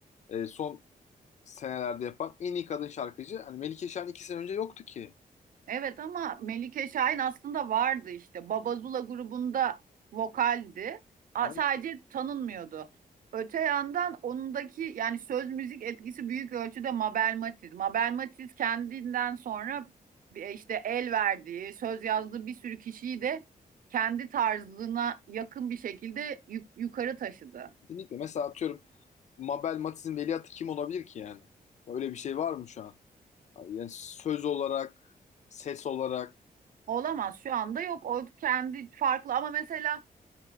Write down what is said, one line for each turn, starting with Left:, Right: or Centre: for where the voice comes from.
Left: e, son senelerde yapan en iyi kadın şarkıcı. Hani Melike Şahin iki sene önce yoktu ki.
Right: Evet ama Melike Şahin aslında vardı işte. Babazula grubunda vokaldi. A-
Left: Ama
Right: Sadece tanınmıyordu. Öte yandan onundaki yani söz müzik etkisi büyük ölçüde Mabel Matiz. Mabel Matiz kendinden sonra bir- e, işte el verdiği, söz yazdığı bir sürü kişiyi de kendi tarzına yakın bir şekilde yuk- yukarı taşıdı.
Left: kesinlikle mesela atıyorum Mabel Matiz'in veliahtı kim olabilir ki yani? Öyle bir şey var mı şu an? Yani söz olarak, ses olarak.
Right: Olamaz şu anda yok. O kendi farklı ama mesela